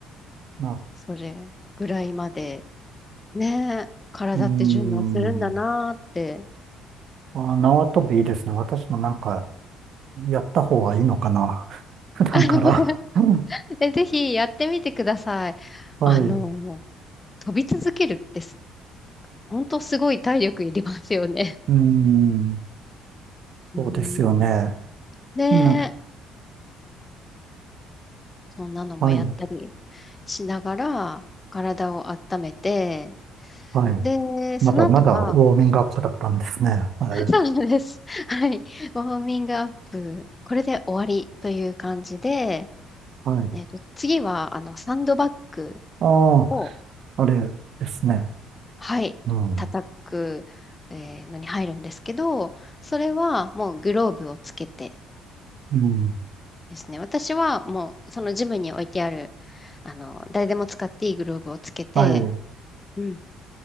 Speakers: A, on the right; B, on the left.
A: な、
B: それぐらいまで、ねえ、体って順応するんだなーって。
A: うん。あ、縄跳びいいですね。私もなんか、やった方がいいのかな。<laughs> 普段から。
B: <laughs>
A: <laughs>
B: えぜひやってみてください。
A: はい。
B: あの、
A: う
B: 飛び続けるってす、本当すごい体力いりますよね。
A: ーん。
B: うん、
A: そうですよね。
B: ね
A: なんか、
B: え、そんなのもやったり
A: はい。
B: しながら、体を温めて、
A: はい。
B: で、その後は、
A: まだまだウォーミングアップだったんですね。はい。
B: そうなんです。<laughs> はい。ウォーミングアップ、これで終わりという感じで、
A: はい。
B: えっと、次は、あの、サンドバッグ
A: ああ、
B: を、
A: あれですね。
B: はい、
A: うん。
B: 叩く、えーのに入るんですけど、それはもうグローブをつけて
A: うん。
B: ですね、私はもう、そのジムに置いてある、あの、誰でも使っていいグローブをつけて、
A: はい。
B: うん、